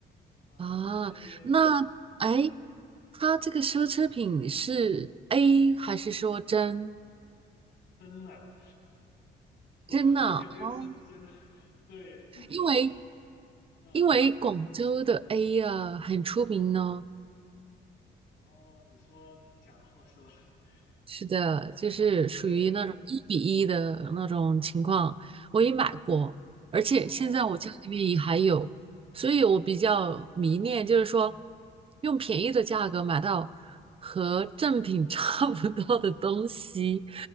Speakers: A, on the left; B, on the right.
A: 嗯，
B: 啊，
A: 那边很。
B: 那哎，它这个奢侈品是 A 还是说真
A: 真的。<laughs> 我我肯定是真的，
B: 真的？哦
A: <laughs> 对这个，
B: 因为
A: 嗯，
B: 因为广州的
A: 你说
B: A 啊很出名呢、
A: 哦，你说假货是吧？<laughs>
B: 是的，就是属于那种一比一的那种情况，
A: 对，
B: 我也买过，而且现在我家里面也还有，
A: 哦，
B: 所以我比较迷恋，就是说用便宜的价格买到和正品 <laughs> 差不多的东西，